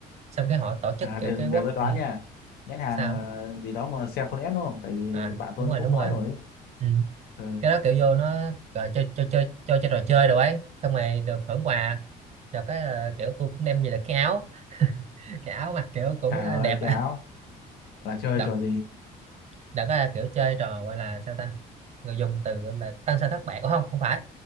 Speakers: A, on the right; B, on the left.
A: xong cái họ tổ chức
B: À,
A: kiểu
B: để,
A: cái quốc
B: để tôi đoán
A: ừ,
B: nha nhãn hàng
A: sao
B: ờ, gì đó mà Cellphone S đúng không tại vì
A: à
B: bạn tôi
A: đúng rồi
B: nó cũng
A: đúng
B: nói
A: rồi
B: rồi ấy.
A: ừ.
B: ừ.
A: cái đó kiểu vô nó gọi chơi chơi chơi chơi chơi trò chơi đồ ấy xong rồi được thưởng quà được cái là kiểu tôi cũng đem về được cái áo <laughs> cái áo mặc kiểu cũng
B: trời
A: à,
B: ơi
A: đẹp
B: cái áo là chơi
A: <laughs>
B: trò
A: đợt
B: gì
A: đã có là kiểu chơi trò gọi là sao ta người dùng từ gọi là tăng sao thất bại Ủa không không phải